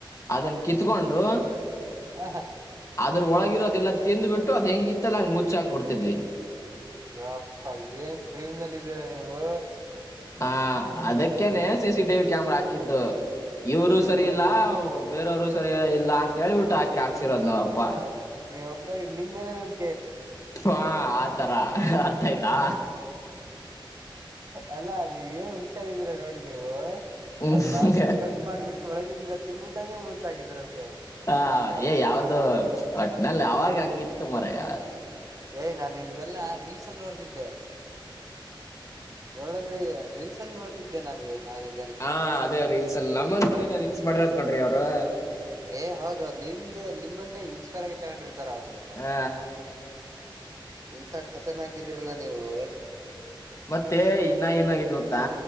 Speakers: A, on the left; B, on the right.
A: ಅದನ್ನ ಕಿತ್ಕೊಂಡು
B: ಹ ಹ
A: ಅದ್ರ ಒಳಗಿರೋದೆಲ್ಲ ತಿಂದ್ಬಿಟ್ಟು ಅದು ಹೆಂಗಿತ್ತ ಅಲ್ಲ ಹಂಗ್ ಮುಚ್ಚಾಕ್ಬಿಡ್ತಿದ್ವಿ.
B: ಯವಪ್ಪ ಏನ್ ಕ್ರಿಮ್ನಲ್ ಇದ್ದೀರಾ ನೀವು
A: ಹಾ ಅದಕ್ಕೆನೆ ಸಿ ಸಿ ಟಿವಿ ಕ್ಯಾಮರಾ ಹಾಕಿದ್ದು ಇವ್ರು ಸರಿ
B: ನೀವಪ್ಪ
A: ಇಲ್ಲ ಬೇರೆಯವರು ಸರಿ ಇಲ್ಲ ಅಂತ ಹೇಳಿಬಿಟ್ಟು ಹಾಕಿ ಹಾಕ್ಸಿರೋದ್ ನಮ್ಮಪ್ಪಾ.
B: ನೀವ್ ಒಪ್ಪ್ಯ್ ನಿನ್ ಮೇಲೆ ನನ್
A: ಹಾ ಆತರ ಅರ್ಥ ಆಯ್ತಾ.
B: ಅಲ್ಲ ಅ ರೀ ಏನು ರಿದೀರಾ ನೋಡಿ ನೀವು
A: ಹ್ಮ್
B: ಅದ್ ಬಾಕ್ಸ್ರ ಕಟ್ ಮಾಡ್ಬಿಟ್ಟ್ ಒಳಗಿಂದಿಲ್ಲೆ ತಿನ್ಬಿಟ್ಟ್ ಹಂಗೆ ಮುಚ್ಚಾಕಿದ್ರಂತೆ.
A: ಹ
B: ಯಪ್ಪಾ
A: ಏ ಯಾವ್ದು ಒಟ್ಟಿನಲ್ಲಿ ಅವಾಗ ಹಂಗಿತ್ತು ಮರಾಯ.
B: ಏಯ್ ನಾನು ಇವೆಲ್ಲಾ ರೀಲ್ಸಲ್ಲಿ ನೋಡ್ತಿದ್ದೆ. ನೋಡದ್ರೆ ರೀಲ್ಸಲ್ಲಿ ನೋಡ್ತಿದ್ದೆ ನಾವೇ ನಾನ್ ಇ
A: ಹಾ ಅದೇ ರೀಲ್ಸಲ್ಲಿ ನಮ್ಮ ನೋಡಿನ ರೀಲ್ಸ್ ಮಾಡಿರೋದ್ಕಂಡ್ರಿ ಅವ್ರು.
B: ಏ ಹೌದೌದು ನಿಮ್ದ ನಿಮ್ಮನ್ನೇ ಇನ್ಸ್ಪೈರ್ ಆಗಿ ತಗೊಂಡಿರ್ತಾರೆ ಅವ್ರು. ಮತ್ತೆ
A: ಹಾ
B: ಇಂತ ಖತರ್ನಾಕ್ ಇದೀರಲ್ಲ ನೀವು.
A: ಮತ್ತೆ ಇನ್ನ ಏನಾಗಿದ್ ಗೊತ್ತಾ